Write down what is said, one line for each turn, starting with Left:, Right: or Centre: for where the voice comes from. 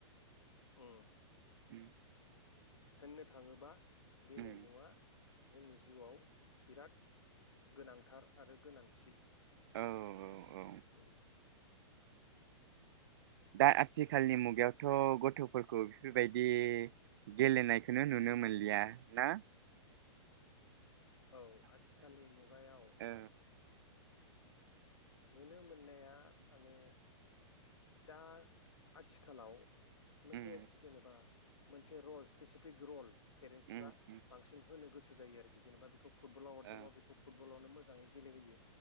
Left: अ
Right: उम
Left: होननो थाङोबा गेलेमुवा
Right: उम
Left: जोंनि जिउआव बिराद गोनांथार आरो गोनांथि
Right: औ औ
Left: उम
Right: दा आथिखालनि मुगायावथ' गथ'फोरखौ बेफोरबायदि गेलेनायखोनो नुनो मोनलिया ना
Left: औ आथिखालनि मुगायाव
Right: ओ
Left: नुनो मोननाया माने दा आथिखालाव मोनसे
Right: उम
Left: जेनेबा मोनसे रल स्पेसिफिक रल पेरेन्टसफ्रा
Right: उम उम
Left: बांसिन होनो गोसो जायो आरोखि जेनेबा बेखौ फुटबलाव हरदोंबा
Right: ओ
Left: बेखौ फुटबलावनो मोन मोजाङै गेलेहोयो